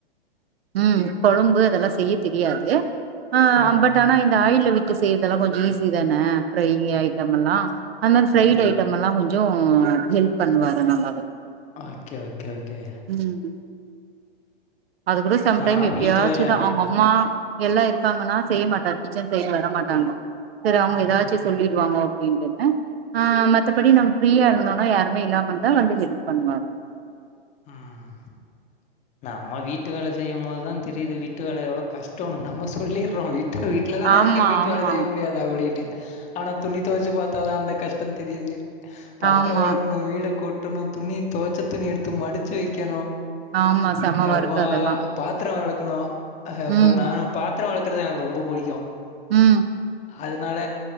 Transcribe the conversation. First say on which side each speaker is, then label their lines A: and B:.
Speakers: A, on the right; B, on the left.
A: ம் கொழம்பு அதெல்லா செய்ய தெரியாது ஆ
B: ம்.
A: ஆ ஃபட் ஆனா இந்த ஆயில்ல விட்டு செய்யறதெல்லா கொஞ்சோ ஈஸி தான ஃப்ரை ஐட்டமெல்லா அந் மாரி ஃப்ரைட்
B: ம்ஹ்ம்.
A: ஐட்டம் எல்லா கொஞ்சோ ஹெல்ப் பண்ணுவாரு நல்லாவே
B: ஓகே ஓகே ஓகே
A: ம் அது கூட சம் டைம்
B: ஆ
A: எப்பயாச்சுதா
B: வீட்டு வேலைன்னா.
A: அவுங்க அம் மா எல்லா இருக்காங்கன்னா செய்ய மாட்டார் கிச்சன் சைடு வர மாட்டாங்கோ கிற அவுங்கோ
B: ம்ஹ்ம்.
A: ஏதாச்சி சொல்லிட் வாங்கோ அப்டின்ட்டு ஆ மத்தபடி நம் ஃப்ரீயா இருந்தோனா யாருமே இல்லாமந்தா வந்து ஹெல்ப் பண்வார்
B: ம் நம்ம வீட்டு வேல செய்யு மோதுதா தெரியுது வீட்டு வேல எவ்ளோ கஷ்டோ நம்ம சொல்லிறோ வீட்டு வீட் ல தான
A: ஆமா
B: இருக்க வீட்டு
A: ஆமா
B: வேல செய்ய முடியாதா அப்டினு ஆனா துணி தொவச்சி பாத்தாதா அந்த கஷ்டோ தெரியிது பாத்ர
A: ஆமா
B: வெளக்கணு வீட கூட்டணு துணி தொவச்ச துணி எடுத்து மடிச்சி வெக்கணு
A: ஆமா செம
B: யப்பா
A: ஒர்க்கு அதெல்லா
B: பாத்ர வெளக்கணு யப்பா
A: ம்
B: நானு பாத்ர வெளக்கறது எனக் ரொம்ப புடிக்கு
A: ம்
B: அதனால